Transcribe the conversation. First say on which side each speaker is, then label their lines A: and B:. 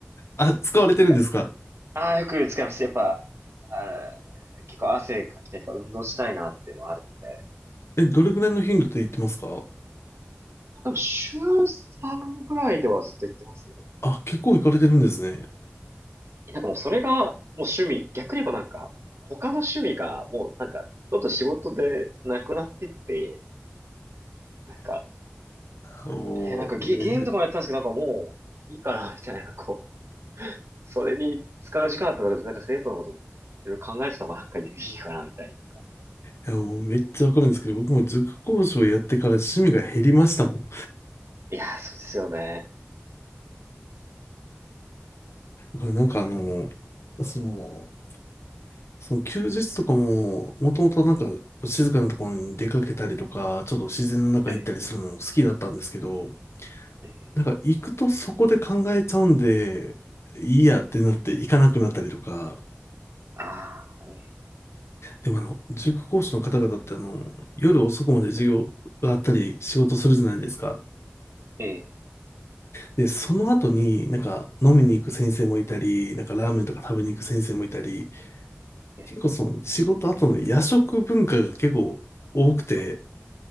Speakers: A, on the left; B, on the right.
A: あ、使われてるんですか
B: <laughs> なんかああ、よく使います。やっぱ、あー結構汗かきたいとか、運動したいなっていうのはあるので。
A: え、どれぐらいの頻度で言ってますか
B: でも、週3ぐらいではずっと行ってますね。
A: あ、結構行かれてるんですね。
B: なんかもうそれがもう趣味、逆に言えばなんか、他の趣味がもうなんか、どんどん仕事でなくなってって、なんか、
A: もう、
B: えーなんかゲ、
A: め、
B: ゲームとかもやってたんですけど、
A: い
B: なんかもういいかな、みたいな、こう、それに使う時間あったら、なんか生徒のこといろいろ考えてた方がなんかいいかな、みたいな。
A: やもうめっちゃわかるんですけど、僕も塾講師をやってから趣味が減りましたもん。だ
B: いやー、そうですよね。
A: からなんかあの、その、その休日とかも、もともとなんかこう静かなところに出かけたりとか、ちょっと自然の中行ったりするのも好きだったんですけど、
B: ええ、え
A: なんか行くとそこで考えちゃうんで、いいやってなって行かなくなったりとか、
B: え、あああ、ええ、
A: でもあの、塾講師の方々ってあの、夜遅くまで授業があったり仕事するじゃないですか。
B: え
A: で、その後になんか飲みに行く先生もいたり、なんかラーメンとか食べに行く先生もいたり、
B: え、え
A: 結構その仕事後の夜食文化が結構多くて、